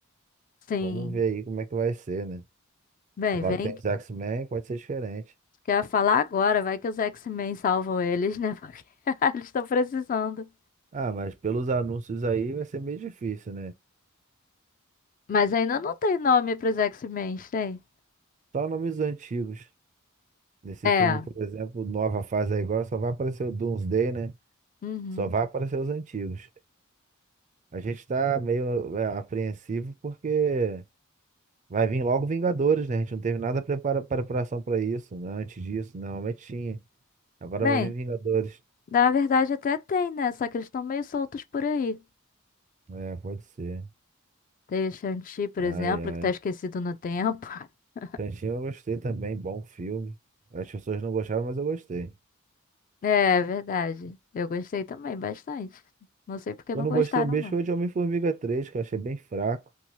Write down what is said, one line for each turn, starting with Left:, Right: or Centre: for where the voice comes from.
Left: Sim.
Right: Vamos ver aí como é que vai ser, né?
Left: Bem,
Right: Agora
Left: vem
Right: tem
Left: que
Right: os X-Men, pode ser diferente.
Left: quer falar agora, vai que os X-Men salvam eles, né? <laughs> Porque eles estão precisando.
Right: Ah, mas pelos anúncios aí vai ser meio difícil, né?
Left: Mas ainda não tem nome pros X-Men, tem?
Right: Só nomes antigos. Nesse
Left: É.
Right: filme, por exemplo, nova fase aí agora, só vai aparecer o Doomsday, né?
Left: Uhum.
Right: Só vai aparecer os antigos. A gente tá meio é, apreensivo porque vai vir logo Vingadores, né? A gente não teve nada prepara preparação pra isso, né? Antes disso, normalmente tinha. Agora
Left: Bem,
Right: vai vir Vingadores.
Left: na verdade até tem, né? Só que eles estão meio soltos por aí.
Right: É, pode ser.
Left: Tem o Shang-Chi, por
Right: Ai,
Left: exemplo,
Right: ai.
Left: que tá esquecido no tempo. <laughs>
Right: Tantinho eu gostei também, bom filme. As pessoas não gostaram, mas eu gostei.
Left: É, verdade. Eu gostei também bastante. Não sei porque
Right: Quando
Left: não gostaram,
Right: eu não gostei mesmo
Left: não.
Right: foi de Homem-Formiga três, que eu achei bem fraco.